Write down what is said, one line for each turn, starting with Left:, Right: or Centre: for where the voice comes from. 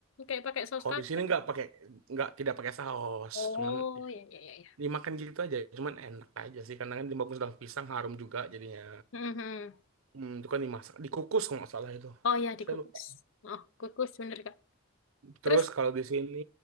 Left: kayak pakai saus
Right: kalau
Left: kacang.
Right: di sini nggak pakai nggak tidak pakai saus
Left: Oh,
Right: cuman ya,
Left: ya ya ya ya.
Right: dimakan gitu aja cuman enak aja sih karena kan dimakan daun pisang harum juga jadinya
Left: Mhm.
Right: Hmm, itu kan dimasak dikukus kalau nggak salah itu
Left: Oh ya dikukus.
Right: saya lupa
Left: Oh, kukus bener Kak. Terus
Right: terus kalau di sini